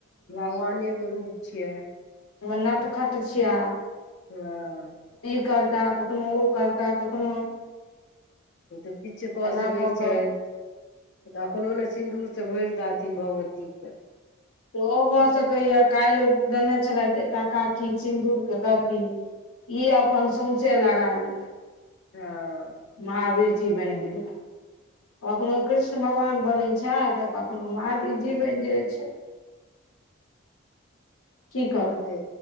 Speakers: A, on the left; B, on the left.
A: भगवानेके रूप छियै
B: नटखट छिया
A: हँ
B: करता कखनो ओ करता कखनो
A: ओ त पीछे क
B: एना
A: सकै
B: कऽ कऽ
A: छै एखनो न सिन्दूर से भरि दाथिन भगवतीके
B: ओहो भ सकैया काल्हि देने छलथि एकटा काकी सिन्दूर के गद्दी ई अपन सौंसे लगा लेबै
A: आ
B: महावीर जी बैन गेला कखनो कृष्ण भगवान बनै छै तऽ कखनो महावीरजी बैन जाइत छै
A: <inaudible>
B: की करू
A: कते